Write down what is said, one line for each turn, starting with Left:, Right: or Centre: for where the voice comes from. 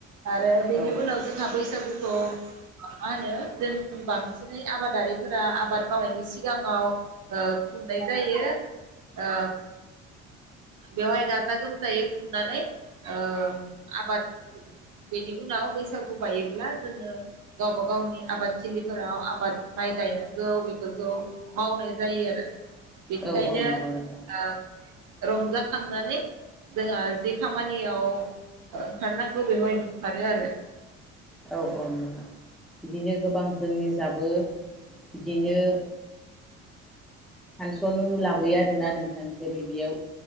Right: आरो बेनि
Centre: औ
Right: उनाव जोंहा बैसागु खौ मा होनो जों बांसिनै आबादारिफोरा आबाद मावनायनि सि सिगाङाव ओ खुंनाय जायो। ओ बेवहाय गा गाजा गोमजायै खुंनानै ओ आबाद बेनि उनाव बैसागु बायोब्ला जोङो गावबा गावनि आबादथिलिफोराव आबाद माइ गायनांगौ बेफोर खौ मावनाय जायो आरो बेनिखायनो
Centre: औ औ नंगौ नोंथां
Right: ओ रंजाखांनानै जोंहा जि खामानियाव ओंखारनांगौ बेवहाय ओंखारो आरो।
Centre: औ औ <inaudible> बिदिनो गोबां जोंनि जाबो बिदिनो फानसन उनु लाबोयो आरोना नोंथां। जेरै बेयाव